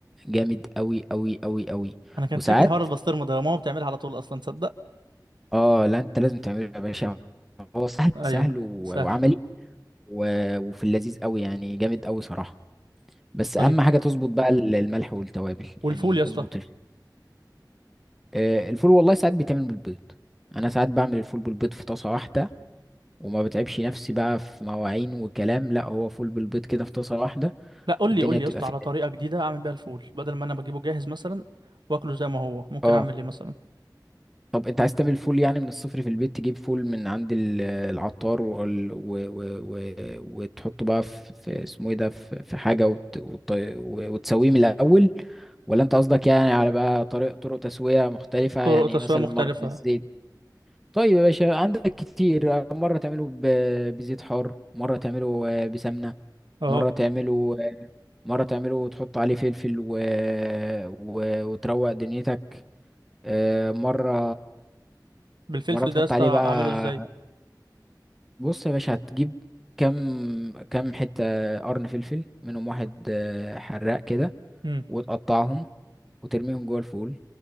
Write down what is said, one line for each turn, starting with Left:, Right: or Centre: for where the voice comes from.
Centre: جامد قوي قوي قوي قوي
Right: انا كان
Centre: وساعات
Right: فايتني حوار البسطرمه ده ماما بتعملها على طول اصلا تصدق
Centre: اه لا انت لازم تعمله يا باشا هو سهل
Right: ايوه
Centre: سهل و-
Right: سهل
Centre: وعملي و- وفي اللذيذ قوي يعني جامد قوي صراحة بس
Right: طيب
Centre: اهم حاجة تظبط بقى ال- الملح والتوابل
Right: والفول
Centre: يعني
Right: يا اسطى
Centre: اظبط آه، الفول والله ساعات بيتعمل بالبيض انا ساعات بعمل الفول بالبيض في طاسه واحده وما بتعبش نفسي بقى في مواعين وكلام لا هو فول بالبيض كده في طاسه واحده
Right: لا قول
Centre: والدنيا
Right: لي قول لي
Centre: بتبقى
Right: يا اسطى
Centre: في
Right: على
Centre: الدنيا.
Right: طريقه جديده اعمل بيها الفول بدل ما انا بجيبه جاهز مثلا واكله زي ما هو ممكن
Centre: اه
Right: اعمل ايه مثلا
Centre: طب انت عايز تعمل فول يعني من الصفر في البيت تجيب فول من عند ال- آه، العطار وال- و... و... و... وتحطه بقى في, في اسمه ايه ده في, في حاجه وت... وت... وتسويه من الاول ولا انت قصدك يعني على بقى طريق طرق تسويه مختلفه
Right: طرق
Centre: يعني
Right: تسويه
Centre: مثلا
Right: مختلفه
Centre: مره بالزيت طيب يا باشا عندك كتير مرة تعمله ب- بزيت حار مرة تعمله آه، بسمنة
Right: اه
Centre: مرة تعمله آه، مرة تعمله وتحط عليه فلفل و... و... وتروق دنيتك آه، مرة
Right: بالفلفل
Centre: مرة تحط
Right: ده يا اسطى
Centre: عليه
Right: اعمله
Centre: بقى
Right: ازاي
Centre: بص يا باشا هتجيب كم كم حتة قرن فلفل منهم واحد آه، حراق كده
Right: امم
Centre: وتقطعهم وترميهم جوه الفول